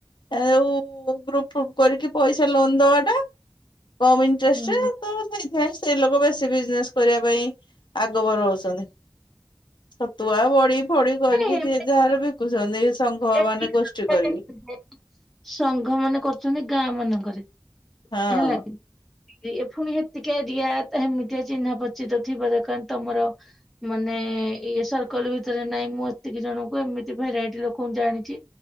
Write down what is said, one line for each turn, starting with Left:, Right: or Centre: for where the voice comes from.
Left: ଆଉ ଗ୍ରୁପ୍ ଫ୍ରୁପ୍ କରିକି ପଇସା ଲୋନ୍ ଦବାଟା କମ୍ ଇଣ୍ଟରେଷ୍ଟ୍
Centre: ହୁଁ।
Left: ରେ ତ ସେଇଥିପାଇଁ ସ୍ତ୍ରୀ ଲୋକ ବେଶୀ ବିଜନେସ୍ କରିବା ପାଇଁ ଆଗବର ହଉଚନ୍ତି। ଛତୁଆ, ବଡି ଫଡି କରିକି
Centre: ନାଇଁ ଏମିତି
Left: ସିଏ ଯାହାର ବିକୁଚନ୍ତି ସଂଙ୍ଘ
Centre: ଏରିଆ
Left: ମାନେ ଗୋଷ୍ଠୀ
Centre: ଦରକାର।
Left: କରିକି।
Centre: ସଂଘ ମାନେ କରୁଚନ୍ତି ଗାଁ ମାନଙ୍କରେ
Left: ହଁ।
Centre: ହେଲାକି। ଯିଏ ପୁଣି ହେତିକି ରିଆ ହେମିତିଆ ଚିହ୍ନା ପଚିତ ଥିବା <unintelligible> ତମର ମାନେ ଇଏ ସର୍କଲ ଭିତରେ ନାଇଁ ମୁଁ ଏତିକି ଜଣଙ୍କୁ ଏମିତି ଭେରାଇଟି ଲୋକଙ୍କୁ ଜାଣିଚି